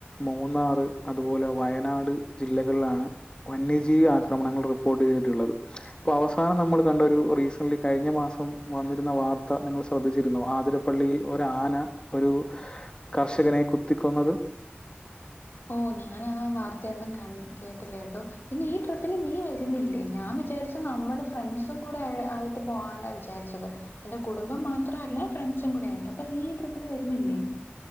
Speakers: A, on the left; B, on the left.
A: മൂന്നാറ് അതുപോലെ വയനാട് ജില്ലകളിലാണ് വന്യജീവി ആക്രമണങ്ങൾ റിപ്പോർട്ട് ചെയ്തിട്ടള്ളത്. ഇപ്പൊ അവസാനം നമ്മൾ കണ്ടരു റീസ ള്ളി കഴിഞ്ഞ മാസം വന്നിരുന്ന വാർത്ത നിങ്ങൾ ശ്രദ്ധിച്ചിരുന്നു ആതിരപ്പള്ളിയിൽ ഒരു ആന ഒരു കർഷകനെ കുത്തിക്കൊന്നത്. <inaudible>
B: ഓ ഞാൻ ആ വാർത്തയന്നും ക കേട്ടില്ല കേട്ടോ പിന്നെ ഈ ട്രിപ്പിൽ നീ വരുന്നില്ലേ ഞാൻ വിചാരിച്ചു നമ്മുടെ ഫ്രണ്ട്സും കൂടെ ആയിട്ട് പോവാന്നാ വിചാരിച്ചത് എന്റെ കുടുംബം മാത്രല്ല ഫ്രണ്ട്സും കൂടെ ആയിട്ട് അപ്പൊ നീ ഈ ട്രിപ്പിൽ വരുന്നില്ലേ <inaudible>